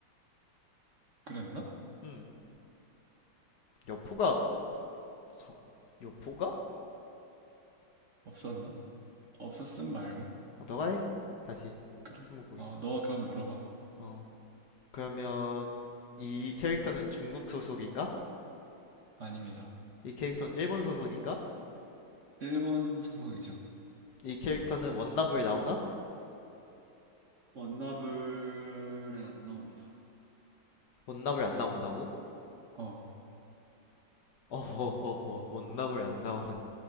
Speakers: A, on the right; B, on the left.
A: 그랬나?
B: 음. 여포가 장 여포가?
A: 없었나? 없었음 말고.
B: 아, 너가 해. 다시
A: 그래.
B: 스무고개.
A: 어, 너 그럼 물어봐.
B: 어. 그러면 이 캐릭터는 중국 소속인가?
A: 아닙니다.
B: 이 캐릭터는 일본 소속인가?
A: 일본 소속이죠.
B: 이 캐릭터는 원나블에 나오나?
A: 원나블에 안 나옵니다.
B: 원나블 안 나온다고?
A: 어,
B: 어허허허, 원나블 안 나오는.